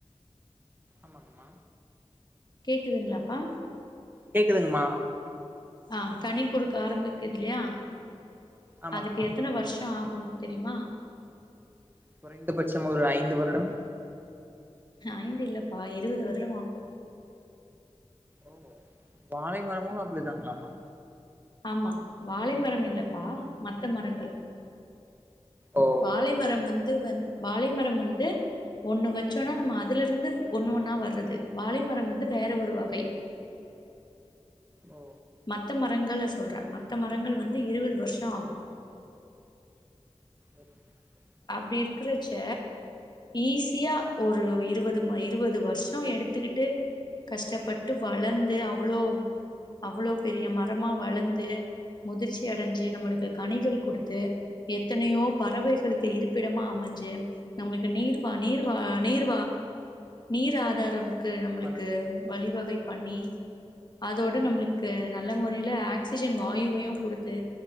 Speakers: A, on the right; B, on the left.
A: ஆமாங்கம்மா
B: கேக்குதுங்ளாப்பா
A: கேக்குதுங்மா
B: ஆ கனி குடுக்க ஆரம்பக்கிதில்லையா
A: ஆமாங்கம்மா
B: அதுக்கு எத்தனை வருஷ ஆகும் தெரிமா
A: குறைந்தபட்சம் ஒரு ஐந்து வருடம்
B: ஐந்து இல்லப்பா இருபது வருடம் ஆகு
A: ஓ வாழை மரமு அப்டிதாங்ளாமா
B: ஆமா வாழை மரம் இல்லப்பா மத்த மரங்கள்
A: ஓ
B: வாழை மரம்
A: சரி
B: வந்து வந் வாழை மரம் வந்து ஒண்ணு வச்சோன்னா நம்ம அதுலேர்ந்து ஒண்ணு ஒன்னா வர்றது வாழை மரம் வந்து வேற ஒரு வகை
A: ஓ
B: மத்த மரங்கள சொல்ற மத்த மரங்கள் வந்து இருவது வர்ஷொ ஆகு
A: <inaudible>
B: அப்டி இருக்குறச்ச ஈஸியா ஒரு இருவது ம இருவது வர்ஷொ எடுத்துக்கிட்டு கஷ்டப்பட்டு வளந்து அவ்ளோ அவ்ளோ பெரிய மரமா வளந்து முதிர்ச்சி அடஞ்சு நம்மளுக்கு கனிகள் குடுத்து எத்தனையோ பறவை களுக்கு இருப்பிடமா அமஞ்சு நம்ளுக்கு நீர்வா நீர்வா நீர்வா நீர் ஆதாரம் க்கு நம்ளுக்கு
A: பழங்களா
B: வழிவகை பண்ணி அதோட நம்ளுக்கு
A: ம்
B: நல்ல முறையில ஆக்சிஜன் வாயுவையு குடுத்து